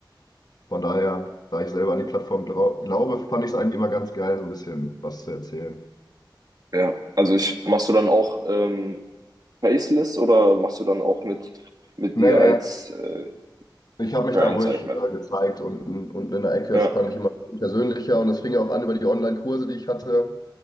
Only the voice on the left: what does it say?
Von daher, da ich selber an die Plattform glau- glaube, fand ich es eigentlich immer ganz geil, so ein bisschen was zu erzählen.
Nee,
nee,
ich habe mich
da ruhig
äh, gezeigt unten, unten in der Ecke.
Das fand ich immer persönlicher und das fing ja auch an über die Online-Kurse, die ich hatte.